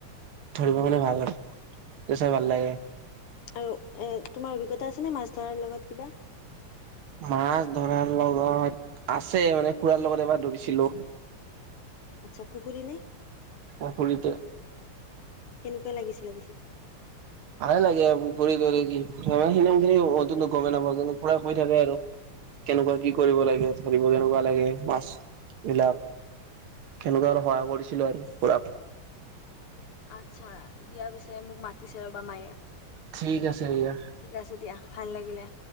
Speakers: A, on the right (about 75°); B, on the left (about 80°).
A: ধৰিব মানে ভাল চাই ভাল লাগে।
B: আৰু এ তোমাৰ অভিজ্ঞতা আছে নে মাছ ধৰাৰ লগত কিবা।
A: মাছ ধৰাৰ লগত আছে মানে খুৰাৰ লগত এবাৰ ধৰিছিলো। <inaudible>
B: আচ্ছা পুখুৰী নে?
A: অ', খুৰীতে।
B: কেনেকুৱা লাগিছিলে পিছে।
A: ভালে লাগে আৰু ঘূৰি তৰি কি খিম খিনি অভি গমেই নাপাওঁ কিন্তু পুৰা কৈ থাকে আৰু কেনেকুৱা কি কৰিব লাগে ধৰিব কেনেকুৱা লাগে মাছ বিলাক কেনেকুৱা আৰু সহায় কৰিছিলো আৰু পুৰা
B: আচ্ছা দিয়া পিছে মোক মাতিছে ৰ'বা মায়ে।
A: ঠিক আছে। দিয়া
B: ঠিক আছে দিয়া, ভাল লাগিলে